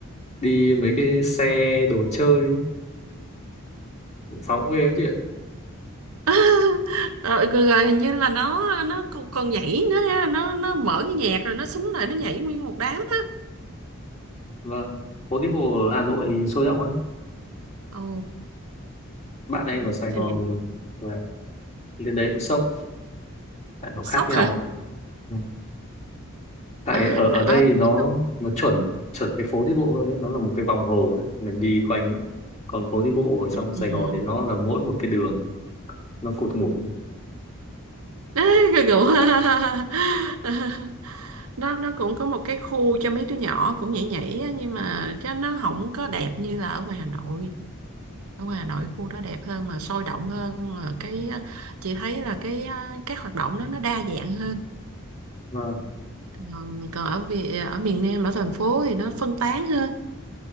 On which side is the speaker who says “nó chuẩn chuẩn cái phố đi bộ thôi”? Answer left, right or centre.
Left